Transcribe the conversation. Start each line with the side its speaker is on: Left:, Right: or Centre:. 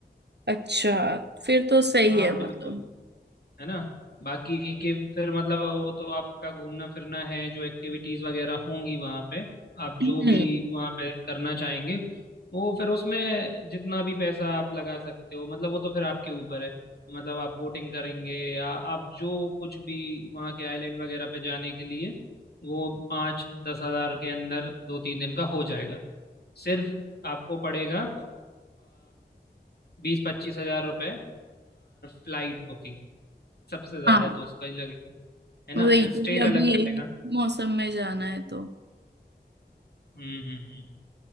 Right: अच्छा फिर तो सही
Left: हाँ
Right: है
Left: बिल्कुल
Right: मतलब
Left: है ना बाकी के फिर मतलब वो तो आपका घूमना फिरना है जो एक्टिविटीज वगैरह होंगी वहाँ पे आप
Right: हम्म
Left: जो भी वहाँ पे करना चाहेंगे वो फिर उसमें जितना भी पैसा आप लगा सकते हो मतलब वो तो फिर आपके ऊपर है मतलब आप बोटिंग करेंगे या आप जो कुछ भी वहाँ के आइलैंड वगैरह पे जाने के लिए वो पाँच दस हजार के अंदर दो तीन दिन का हो जाएगा सिर्फ आपको पड़ेगा बीस पच्चीस हजार रुपये फ्लाइट बुकिंग सबसे ज्यादा
Right: हाँ
Left: तो उसका ही लगेगा है ना
Right: वही
Left: फिर
Right: क्योंकि
Left: स्टे का
Right: अभी
Left: लग
Right: यही
Left: जाएगा
Right: मौसम में जाना है तो
Left: हम्म हम्म हम्म